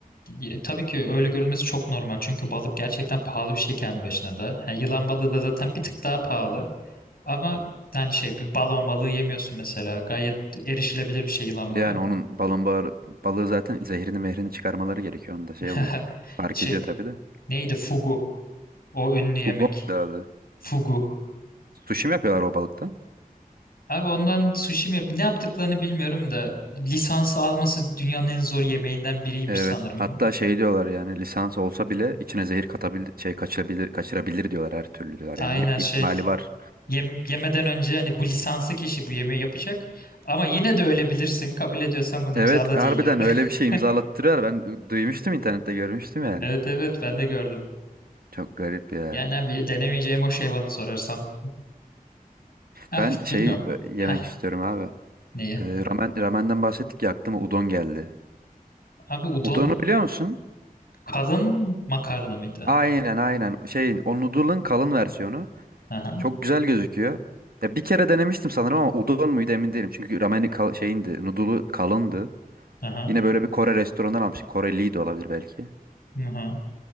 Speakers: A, on the left (about 85°); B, on the right (about 80°).
A: ya tabii ki öyle görülmesi çok normal. Çünkü balık gerçekten pahalı bir şey kendi başına da. Ha, yılan balığı da zaten bir tık daha pahalı. Ama hani şey bir balon balığı yemiyorsun mesela. Gayet erişilebilir bir şey yılan balığı.
B: Yani onun balon bağı, balığı zaten zehrini mehrini çıkarmaları gerekiyor. Onda şey
A: <laughs>
B: oluyor. Fark
A: Şey
B: ediyor tabii de.
A: Neydi fugu? O ünlü
B: Fugon
A: yemek.
B: da adı.
A: Fugu.
B: Sushi mi yapıyorlar o balıktan?
A: Abi ondan sushi mi yap? Ne yaptıklarını bilmiyorum da lisansı alması dünyanın en zor yemeğinden biriymiş
B: Evet.
A: sanırım.
B: Hatta şey diyorlar yani lisans olsa bile içine zehir katabil şey kaçırabilir, kaçırabilir diyorlar her türlü diyorlar.
A: Aynen
B: Yani hep
A: şey.
B: ihtimali var.
A: Yem- yemeden önce hani bu lisanslı kişi bu yemeği yapacak. Ama yine de ölebilirsin. Kabul ediyorsan bunu imzala
B: Evet harbiden
A: diye yiyorlar.
B: öyle
A: <laughs>
B: bir şey imzalattırıyor. Ben duymuştum internette görmüştüm yani.
A: Evet evet ben de gördüm.
B: Çok garip ya.
A: Yani abi denemeyeceğim o şey bana sorarsan. Ah
B: Ben şeyi
A: bilmiyorum.
B: e,
A: Hah
B: yemek istiyorum abi.
A: neye?
B: Ee, ramen, ramenden bahsettik ya aklıma udon geldi.
A: Abi udon
B: Udon'u biliyor musun?
A: kalın makarna mıydı?
B: Aynen aynen. Şeyin o noodle'ın kalın versiyonu.
A: Aha
B: Çok güzel gözüküyor. Ya bir kere denemiştim sanırım ama udon muydu emin değilim. Çünkü rameni kal şeyindi, noodle'u kalındı.
A: aha
B: Yine böyle bir Kore restoranından almıştım. Koreliydi de olabilir belki.
A: aha.